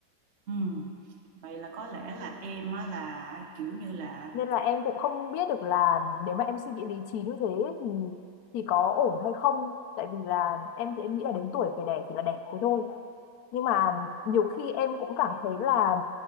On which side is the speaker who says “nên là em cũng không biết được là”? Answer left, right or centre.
Left